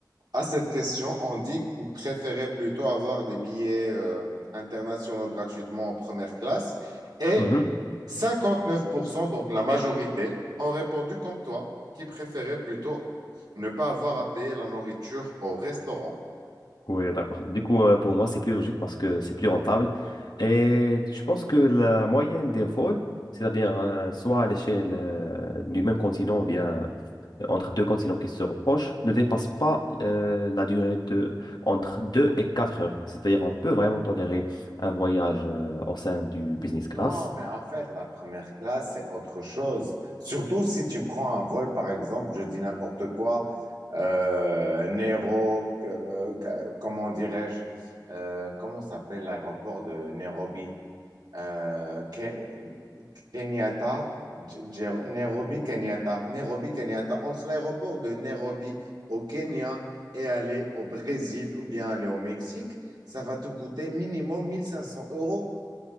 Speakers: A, on the right; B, on the left.
A: à cette question ont dit qu'ils préféraient plutôt avoir des billets euh, internationaux gratuitement en première classe. Et
B: Mhm.
A: 59%, donc la majorité, ont répondu comme toi, qui préféraient plutôt ne pas avoir à payer la nourriture au restaurant.
B: Oui, d'accord. Du coup, euh, pour moi, c'est plus logique parce que c'est plus rentable. Et je pense que la moyenne des vols, c'est-à-dire euh, soit à l'échelle euh, du même continent ou bien euh, entre deux continents qui se reprochent ne dépasse pas euh, la durée de entre deux et quatre heures. C'est-à-dire on peut vraiment tolérer un voyage euh, au sein du business
A: Non,
B: class.
A: mais en fait, la première classe, c'est autre chose. Surtout si tu prends un vol, par exemple, je dis n'importe quoi, euh, Nero, euh, ca- comment dirais-je, euh, comment s'appelle l'aéroport de Nairobi? Euh, Ke- Kenyatta, J- J- Nairobi, Kenyatta, Nairobi, Kenyatta. Entre l'aéroport de Nairobi au Kenya et aller au Brésil ou bien aller au Mexique, ça va te coûter minimum 1500 euros.